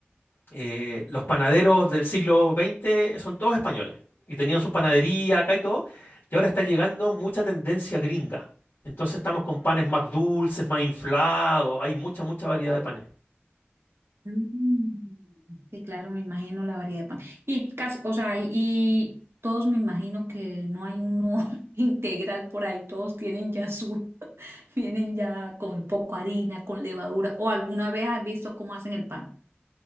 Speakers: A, on the left (about 70°); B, on the right (about 70°).
A: eh, los panaderos del siglo XX son todos españoles y tenían sus panaderías acá y todo, y ahora está llegando mucha tendencia gringa. Entonces estamos con panes más dulces, más inflados, hay mucha, mucha variedad de panes.
B: Mm, Sí, claro, me imagino la variedad de pan. Y casi, o sea, y todos me imagino que no hay uno <laughs> integral por ahí, todos tienen ya su, <laughs> vienen ya con poco harina, con levadura, o alguna vez has visto cómo hacen el pan,